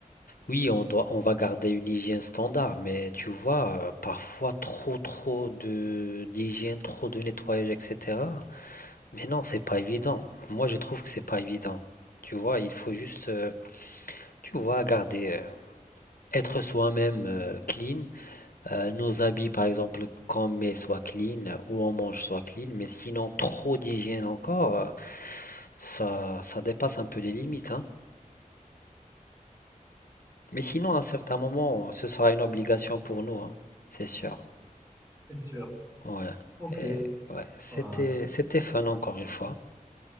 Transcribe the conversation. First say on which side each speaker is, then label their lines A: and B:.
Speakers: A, on the left; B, on the right.
A: oui, on doit, on va garder une hygiène standard, mais tu vois, euh, parfois trop, trop de d'hygiène, trop de nettoyage, etc. Mais non, c'est pas évident. Moi, je trouve que c'est pas évident. Tu vois, il faut juste, euh, tu vois, garder, euh, être soi-même euh, clean. Euh, nos habits, par exemple, qu'on met soient clean, ou on mange soit clean, mais sinon, trop d'hygiène encore, euh, ça, ça dépasse un peu les limites, hein. Mais sinon, à un certain moment, ce sera une obligation pour nous, hein, c'est sûr.
B: C'est sûr.
A: Ouais.
B: Ok,
A: Et ouais, c'était
B: Voilà.
A: c'était fun encore une fois.